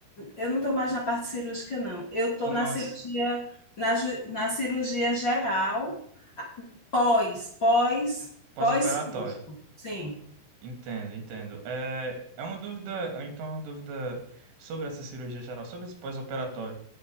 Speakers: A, on the left; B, on the right.
A: eu não estou mais na parte cirúrgica, não. Eu estou
B: não,
A: na cirurgia,
B: é s-
A: na, ju- na cirurgia geral, a- pós, pós,
B: pós-operatório.
A: pós-cirúrgico. Sim.
B: Entendo, entendo. É, é uma dúvida, é, então é uma dúvida sobre essa cirurgia geral, sobre esse pós-operatório.